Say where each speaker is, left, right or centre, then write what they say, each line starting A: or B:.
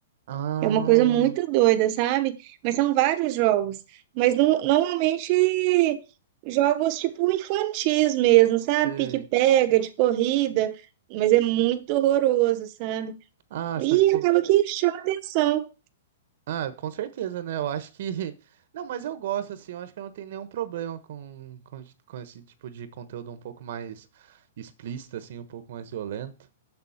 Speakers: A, on the right; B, on the right.
A: Ah,
B: É uma coisa muito doida, sabe? Mas são vários jogos. Mas no- normalmente jogos tipo infantis mesmo, sabe?
A: sei.
B: Pique-pega, de corrida, mas é muito horroroso, sabe?
A: Ah,
B: E
A: são tipo
B: acaba que chama atenção.
A: Ah, com certeza, né? Eu acho que. <laughs> Não, mas eu gosto, assim, eu acho que eu não tenho nenhum problema com, com, com esse tipo de conteúdo um pouco mais explícito, assim, um pouco mais violento.